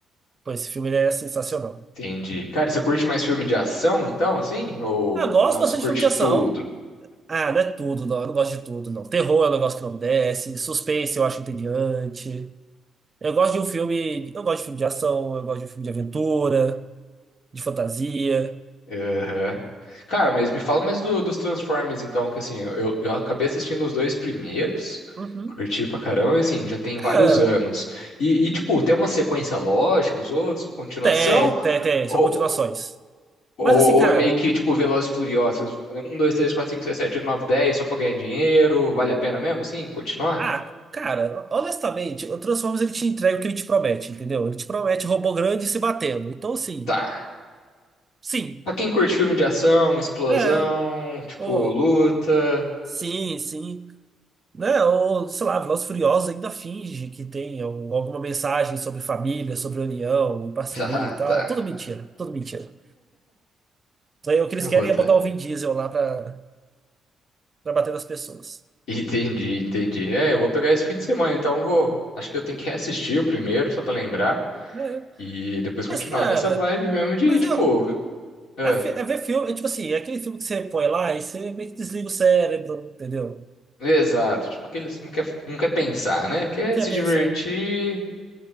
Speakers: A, on the right; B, on the left.
A: Pô, esse filme ele é sensacional.
B: entendi. Cara, você curte mais filme de ação, então, assim? Ou
A: Ah, gosto
B: não,
A: bastante
B: você curte
A: de filme de ação.
B: tudo?
A: Ah, não é tudo, não. Eu não gosto de tudo, não. Terror é um negócio que não me desce. Suspense eu acho entediante. Eu gosto de um filme. Eu gosto de filme de ação, eu gosto de um filme de aventura, de fantasia.
B: Aham. Cara, mas me fala mais do- dos Transformers, então, que assim, eu, eu acabei assistindo os dois primeiros,
A: Uhum.
B: curti pra caramba, mas, assim, já tem
A: Cara,
B: vários anos. E, e, tipo, tem uma sequência lógica, os outros, continuação,
A: tem, tem, tem.
B: ou,
A: São continuações.
B: ou,
A: Mas assim, cara.
B: ou é meio que, tipo, Velozes e Furiosos, um, dois, três, quatro, cinco, seis, sete, nove, dez, só pra ganhar dinheiro, vale a pena mesmo, assim, continuar?
A: Ah, cara, honestamente, o Transformers ele te entrega o que ele te promete, entendeu? Ele te promete robô grande se batendo. Então, assim,
B: Tá.
A: sim,
B: Pra quem curte filme de ação, explosão,
A: é,
B: tipo,
A: pô,
B: luta,
A: sim, sim. Né? Ou, sei lá, Velozes e Furiosos ainda finge que tem al- alguma mensagem sobre família, sobre união, e parceria
B: <laughs> tá,
A: e tal.
B: tá,
A: Tudo mentira, tudo mentira. Então, O que eles
B: eu
A: querem
B: vou
A: é botar o Vin Diesel lá pra, pra bater nas pessoas.
B: Entendi, entendi. É, eu vou pegar esse fim de semana, então eu vou. Acho que eu tenho que reassistir o primeiro, só pra lembrar,
A: Né?
B: e depois continuar
A: Mas, cara,
B: nessa vibe mesmo de,
A: mas
B: tipo,
A: eu.
B: é,
A: É, fi- é ver filme, é tipo assim, é aquele filme que você põe lá e você meio que desliga o cérebro, entendeu?
B: exato, tipo, que eles não quer, não quer pensar, né? Quer
A: Não quer
B: se
A: pensar.
B: divertir.